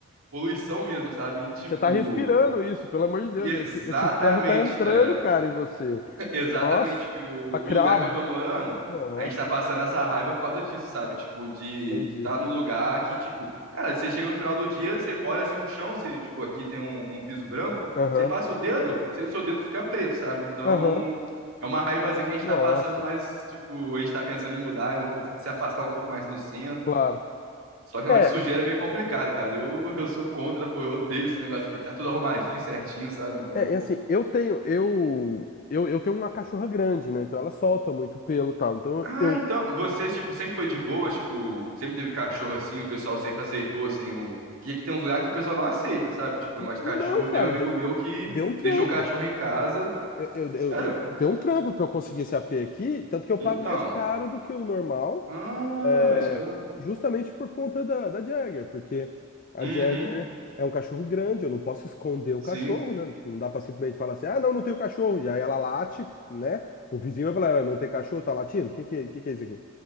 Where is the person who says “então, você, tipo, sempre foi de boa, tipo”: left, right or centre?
Right